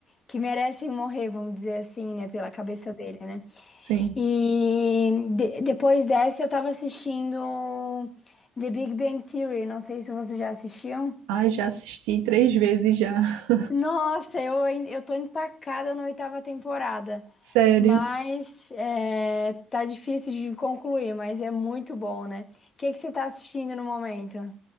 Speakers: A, on the left; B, on the right.
A: que merecem morrer, vamos dizer assim, né, pela cabeça dele, né?
B: Sim.
A: E de- depois dessa eu tava assistindo The Big Bang Theory, não sei se vocês já assistiam.
B: Ai, já assisti três vezes já. <laughs>
A: Nossa, eu, ain- eu tô empacada na oitava temporada,
B: Sério.
A: mas é, tá difícil de concluir, mas é muito bom, né? O que que você tá assistindo no momento?